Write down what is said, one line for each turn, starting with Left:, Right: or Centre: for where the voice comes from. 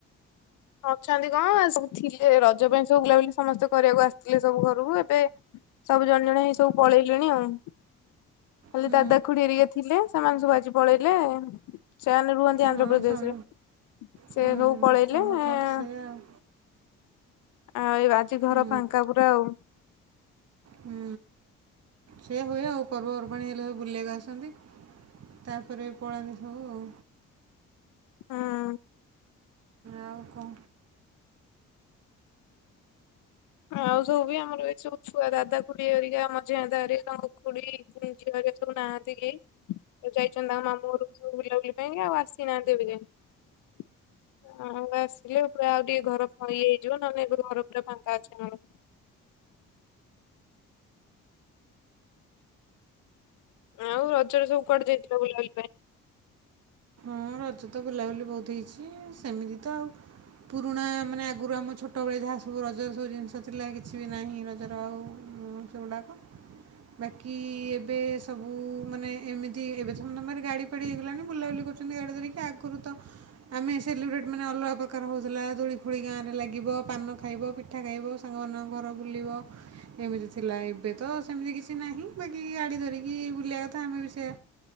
Left: ଅଛନ୍ତି କଣ ସବୁ ଥିଲେ ରଜ ପାଇଁ ସବୁ ବୁଲାବୁଲି ସମସ୍ତେ କରିବାକୁ ଆସିଥିଲେ ସବୁ ଘରକୁ ଏବେ ସବୁ ଜଣେ ଜଣ ହେଇ ସବୁ ପଳେଇଲେଣି ଆଉ। ଖାଲି
Right: ହୁଁ
Left: ଦାଦାଖୁଡି ଏରିକା ଥିଲେ ସେମାନେ ସବୁ ଆଜି ପଳେଇଲେ। ସେମାନେ ରୁହନ୍ତି
Right: ହଁ
Left: ଆନ୍ଧ୍ରପ୍ରଦେଶରେ
Right: ସମ ହୁଁ
Left: ସେ ସବୁ ପଳେଇଲେ
Right: ସମସ୍ତଙ୍କର
Left: ଆଃ
Right: ତ ସେଇଆ ଆଉ
Left: ଆ ଆଜି ଘର
Right: ହୁଁ
Left: ଫାଙ୍କା ପୁରା ଆଉ।
Right: ହୁଁ। ସେଇୟା ହୁଏ ଆଉ ପର୍ବପର୍ବାଣି ହେଲେ ସବୁ ବୁଲିବାକୁ ଆସନ୍ତି। ତାପରେ ପଳାନ୍ତି ସବୁ ଆଉ।
Left: ହଁ।
Right: ଆଉ କ
Left: ଆଉ ସବୁ ବି ଆମର ଏ ସବୁ ଛୁଆ ଦାଦା ଖୁଡିରିକା ମଝିଆ ଦାଦାରିକା ଖୁଡି <unintelligible> ସବୁ ନାହାନ୍ତି କି? ତ ଯାଇଛନ୍ତି ତାଙ୍କ ମାମୁଁ ଘରକୁ ସବୁ ବୁଲାବୁଲି ପାଇଁ କା ଆଉ ଆସିନାହାନ୍ତି ଏବେ ଯାଏଁ। ଆମେ ଆସିଲୁ ପୁରା ଆଉ ଟିକେ ଘର ଫଇ ହେଇଯିବ ନହେଲେ ଏବେ ଘର ପୁରା ଫାଂକାର ଅଛି ନଳ ଆଉ ରଜରେ ସବୁ କୁଆଡେ ଯାଇଥିଲା ବୁଲାୁବୁଲି ପାଇଁ?
Right: ହଁ ରଜ ତ ବୁଲାବୁଲି ବହୁତ ହେଇଛି ସେମିତି ତ ଆଉ ପୁରୁଣା ମାନେ ଆଗରୁ ଆମ ଛୋଟବେଳେ ଯାହା ସବୁ ରଜର ସବୁ ଜିନିଷ ଥିଲା କିଛି ବି ନାହିଁ ରଜର ଆଉ ସେଗୁଡ଼ାକ ବାକି ଏବେ ସବୁ ମାନେ ଏମିତି ଏବେ ତ ତମର ଗାଡ଼ି ଫାଡ଼ି ହେଇଗଲାଣି ବୁଲାବୁଲି କରୁ ଡେ ଧରିକି ଆଗରୁ ତ ଆମେ ସେଲିବ୍ରେଟ୍ ମାନେ ଅଲଗା ପ୍ରକାର ହେଉଥିଲା ଦୋଳି ଫୋଳି ଗାଁରେ ଲାଗିବ ପାନ ଖାଇବ। ପିଠା ଖାଇବ ସାଙ୍ଗମାନଙ୍କ ଘର ବୁଲିବ ଏମିତି ଥିଲା ଏବେ ତ ସେମିତି କିଛି ନାହିଁ ବାକି ଗାଡ଼ି ଧରିକି ବୁଲିବା କଥା ଆମେ ବି ସେଆ